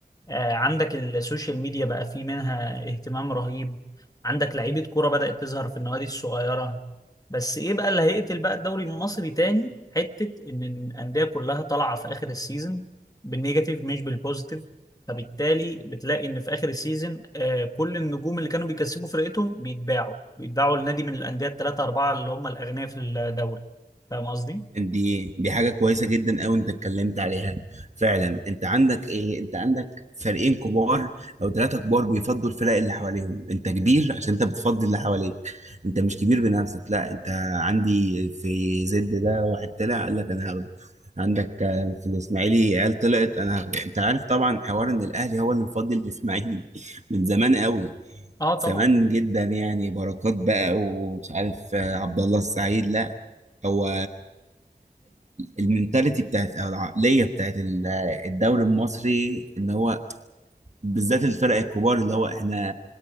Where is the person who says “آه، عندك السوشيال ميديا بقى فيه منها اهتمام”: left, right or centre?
Left